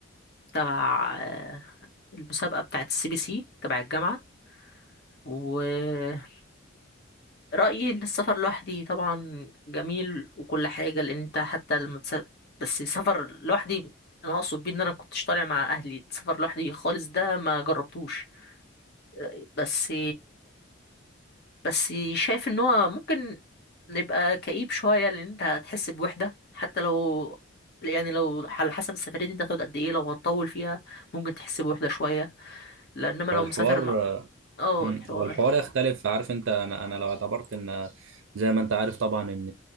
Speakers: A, on the left; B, on the right.
A: تبع آه، المسابقة بتاعة السي بي سي تبع الجامعة ورأيي إن السفر لوحدي طبعا جميل وكل حاجة لأن أنت حتى لما بس... بس سفر لوحدي أنا أقصد بيه إن أنا كنتش طالع مع أهلي السفر لوحدي خالص ده ما جربتوش آه، بس بس شايف ان هو ممكن نبقى كئيب شوية لان انت هتحس بوحدة حتى لو يعني لو على حسب السفرية دي انت هتقعد قد ايه لو هتطول فيها ممكن تحس بوحدة شوية لانما
B: والحوار
A: لو مسافر مع اه
B: مم.
A: الحوار
B: هو الحوار يختلف عارف انت انا انا لو اعتبرت ان زي ما انت عارف طبعا ان